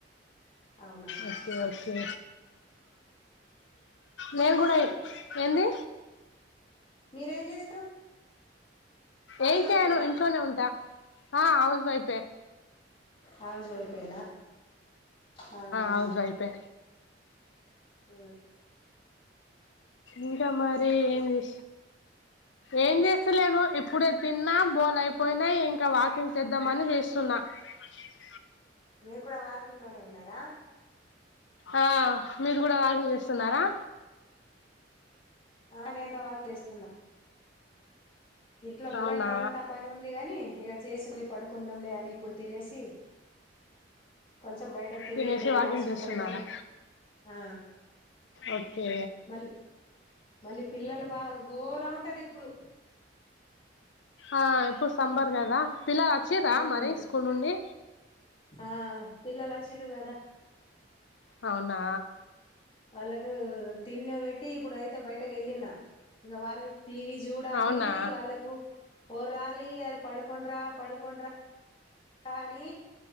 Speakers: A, on the left (about 30°); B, on the left (about 75°).
A: అవునా
B: ఓకే ఓకే
A: మీరేం
B: నేను
A: చేశారు
B: కూడా ఏంది
A: మీరేం చేస్తారు హౌస్
B: ఏం
A: వైఫేనా
B: చేయను ఇంట్లోనే ఉంటా ఆ హౌస్ వైఫే
A: ఆ హౌస్ వైఫే ఆ హా
B: హౌస్ వైఫే
A: అ
B: ఇంకా మరి ఏం చే ఏం చేస్తలేను ఇప్పుడే తిన్నా బోల్ అయిపోయినాం వాకింగ్ చేద్దామని చేస్తున్నా అ
A: మీరు కూడా వాకింగ్ లోనే ఉన్నారా
B: ఆ మీరు కూడా వాకింగ్ చేస్తున్నారా
A: ఆ నేంట వాక్ చేస్తున్నా ఇింట్లో బోర
B: అవునా
A: అంతా పని ఉంది గని ఇక చేసింలే పడుకుందాంలే అని ఇప్పుడు తినేసి కొంచెం బయటకు తిరిగి
B: తినేసి
A: తెరిలాసి
B: వాకింగ్ చేస్తున్నారా
A: ఉంటుంది మళ్ళ ఆ
B: ఓకే
A: మ మళ్ళీ పిల్లలు బాగా గోలా ఉంట పంటది ఇప్పుడు
B: ఆ సంబర్ కదా పిల్లలు వచ్చిరా
A: ఉమ్
B: మరి స్కూల్ నుండి
A: ఆ పిల్లలు వచ్చిండ కదా
B: అవునా
A: వాళ్ళకి తిన్న పెట్టి ఇప్పుడు అయితే బయటకి వెళ్ళిన ఇక వాళ్ళు టీవీ చూడాలి
B: అవునా
A: వాళ్ళకు ఒరాళి అర పడుకోండ్రా పడుకోండ్రా కాని